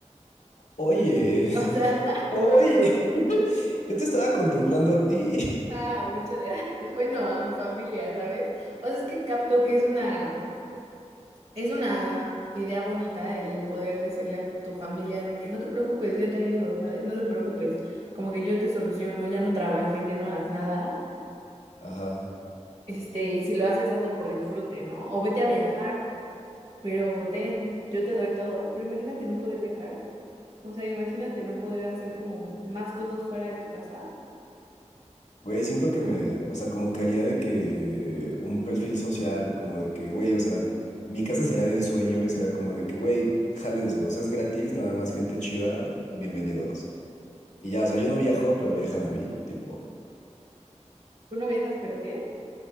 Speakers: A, on the left; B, on the right.
A: oye, <laughs>
B: O sea,
A: oye, yo te estaba contemplando a ti.
B: <laughs> ah, muchas gracias. Bueno, a mi familia, ¿sabes? O sea, es que capto que es una, es una idea bonita el poder decirle a tu familia de que no te preocupes, yo te ayudo, ¿sabes? No te preocupes, como que yo te soluciono, ya no trabajes, ya no hagas nada.
A: <laughs> Ajá.
B: Este, y si lo haces, hazlo por disfrute, ¿no? O vete a viajar, pero ten, yo te doy todo. Pero imagínate no poder viajar. O sea, imagínate no poder hacer como más cosas fuera de tu casa.
A: Güey, siento que me. O sea, como que haría de que un perfil social, como de que, güey, o sea, mi casa sería de ensueño y sería como de que, güey, jálense. O sea, es gratis, nada más gente chida, bienvenidos. Y ya, o sea, yo no viajo, pero viajan a mí, tipo.
B: Tú no viajas, pero ¿qué?